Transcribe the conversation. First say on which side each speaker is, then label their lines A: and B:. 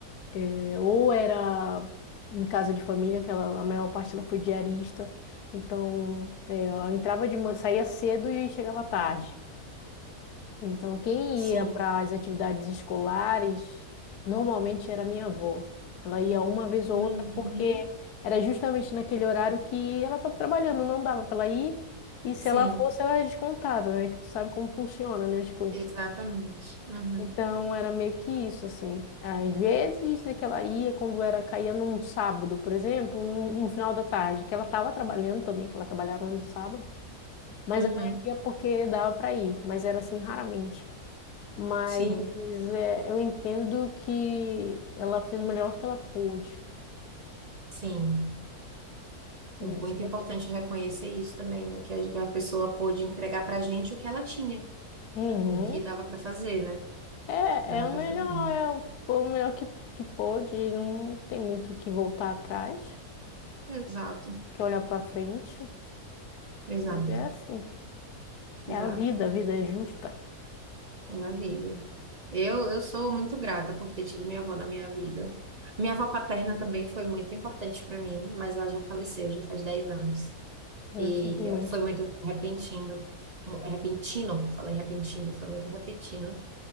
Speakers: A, on the left; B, on the right.
A: é, ou era em casa de família, que ela, a maior parte ela foi diarista. Então, é, ela entrava de manhã, saía cedo e chegava tarde. Então, quem
B: sim,
A: ia para as atividades escolares normalmente era minha avó. Ela ia uma vez
B: Uhum.
A: ou outra porque era justamente naquele horário que ela estava trabalhando, não dava para ela ir. E se
B: sim,
A: ela fosse, ela era descontada, né? Que tu sabe como funciona, né, as coisas.
B: exatamente. Uhum,
A: Então, era meio que isso, assim. Às vezes é que ela ia quando era caía num sábado, por exemplo, um, um final da tarde, que ela estava trabalhando também, que ela trabalhava no sábado, mas
B: uhum,
A: ela ia porque dava para ir, mas era assim raramente. Mas
B: sim,
A: é, eu entendo que ela fez o melhor que ela pôde.
B: sim.
A: É
B: É muito
A: isso que
B: importante
A: eu tenho.
B: reconhecer isso também, né? Que a que a pessoa pôde entregar pra gente o que ela tinha,
A: Uhum.
B: o que dava pra fazer, né?
A: É,
B: Dava
A: é o
B: pra
A: melhor,
B: fazer.
A: é o, o melhor que, que pôde. Não tem muito o que voltar atrás,
B: Exato,
A: tem que olhar para frente.
B: exato,
A: Mas é assim. É
B: exato.
A: a vida, a vida é justa.
B: É a vida. Eu, eu sou muito grata por ter tido minha avó na minha vida. Minha avó paterna também foi muito importante pra mim, mas ela já faleceu, já faz 10 anos.
A: Eu
B: E
A: sinto muito,
B: foi muito repentino. Repentino, falei repentino, foi muito repentino.